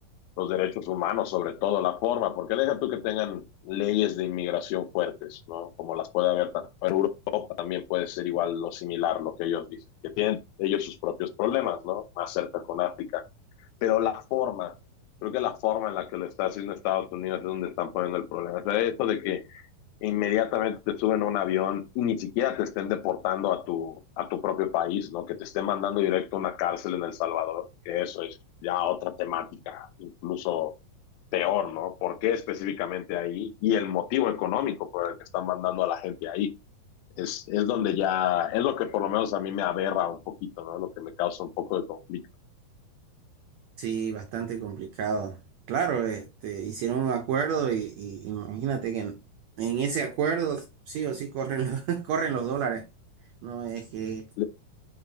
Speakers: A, on the left (about 85°); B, on the right (about 85°).
A: los derechos humanos, sobre todo la forma, porque deja tú que tengan leyes de inmigración fuertes, ¿no? Como las puede haber tanto en también puede ser igual lo similar, lo que ellos dicen, que tienen ellos sus propios problemas, ¿no? Más cerca con África, pero la forma, creo que la forma en la que lo está haciendo Estados Unidos es donde están poniendo el problema. O sea, esto de que inmediatamente te suben a un avión y ni siquiera te estén deportando a tu, a tu propio país, ¿no? Que te estén mandando directo a una cárcel en El Salvador, que eso es ya otra temática, incluso peor, ¿no? ¿Por qué específicamente ahí? Y el motivo económico por el que están mandando a la gente ahí es, es donde ya, es lo que por lo menos a mí me aberra un poquito, ¿no? Lo que me causa un poco de conflicto.
B: Sí, bastante complicado. Claro, este, hicieron un acuerdo y, y imagínate que en, en ese acuerdo sí o sí corren los, <laughs> corren los dólares. No es que,
A: Le,